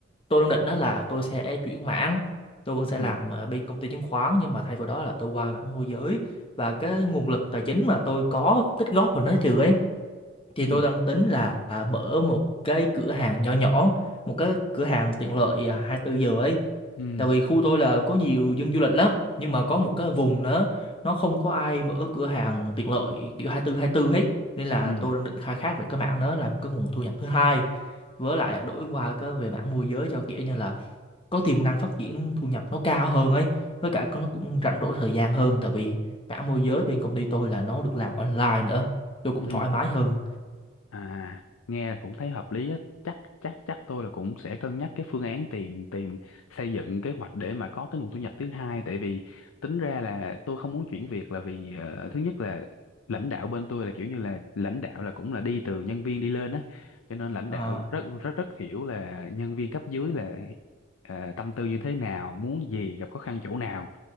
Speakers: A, on the left; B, on the left.
A: tôi đang định đó là tôi sẽ chuyển mảng tôi vẫn sẽ
B: ừ
A: làm ở bên công ty chứng khoán nhưng mà thay vào đó là tôi qua mảng môi giới và cái nguồn lực tài chính mà tôi có tích góp vào nó trừ ấy thì
B: ừ
A: tôi đang tính là à, mở một cái cửa hàng nhỏ nhỏ một cái cửa hàng tiện lợi à, 24 giờ ấy
B: ừ
A: tại vì khu tôi là có nhiều dân du lịch lắm nhưng mà có một cái vùng nữa nó không có ai mở cửa hàng tiện lợi kiểu 24 24 hết nên là
B: ừ,
A: tôi đang định khai thác về cái mảng đó làm cái nguồn thu nhập thứ hai với lại đổi qua cái về mảng môi giới cho kiểu như là có tiềm năng phát triển thu nhập nó cao hơn ấy với cả nó cũng rảnh rỗi thời gian hơn tại vì mảng môi giới bên công ty tôi là nó được làm online nữa tôi cũng
B: ừ.
A: thoải mái hơn
B: À, nghe là cũng thấy hợp lý á. Chắc chắc chắc tôi là cũng sẽ cân nhắc cái phương án tìm tìm xây dựng kế hoạch để mà có cái nguồn thu nhập thứ hai tại vì tính ra là tôi không muốn chuyển việc là vì ờ, thứ nhất là lãnh đạo bên tôi là kiểu như là lãnh đạo là cũng là đi từ nhân viên đi lên á cho nên lãnh
A: Ờ,
B: đạo rất rất rất hiểu là nhân viên cấp dưới là ờ, tâm tư như thế nào muốn gì gặp khó khăn chỗ nào